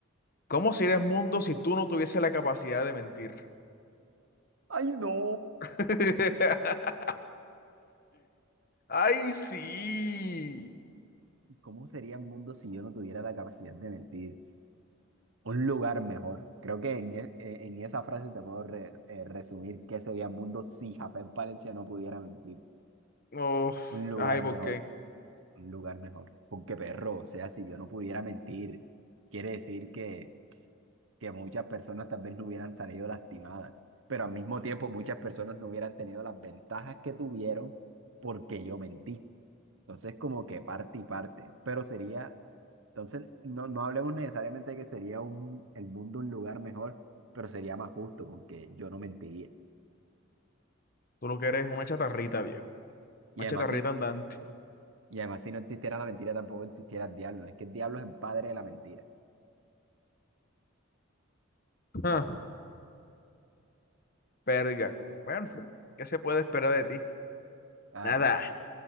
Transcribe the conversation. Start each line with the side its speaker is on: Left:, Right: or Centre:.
Left: ¿Cómo sería el mundo si tú no tuvieses la capacidad de mentir?
Right: ¡Ay, no!
Left: <laughs> Ay, sí.
Right: ¿Cómo sería el mundo si yo no tuviera la capacidad de mentir? Un lugar mejor. Creo que en, e- eh, en esa frase te puedo re- eh, resumir qué sería el mundo si Jafet Palencia no pudiera mentir.
Left: Oh,
Right: Un lugar
Left: ay, ¿por
Right: mejor,
Left: qué?
Right: un lugar mejor. Porque perro, o sea, si yo no pudiera mentir, quiere decir que, que muchas personas tal vez no hubieran salido lastimadas, pero al mismo tiempo muchas personas no hubieran tenido las ventajas que tuvieron porque yo mentí. Entonces, como que parte y parte, pero sería Entonces, no, no hablemos necesariamente de que sería un, el mundo un lugar mejor, pero sería más justo porque yo no mentiría.
Left: Tú lo que eres es una chatarrita, viejo.
Right: Y
Left: Una
Right: además,
Left: chatarrita
Right: si,
Left: andante.
Right: y además, si no existiera la mentira, tampoco existiera el diablo. ¿no? Es que el diablo es el padre de la mentira.
Left: Ah, verga. Bueno, ¿qué se puede esperar de ti?
Right: Claro,
Left: Nada,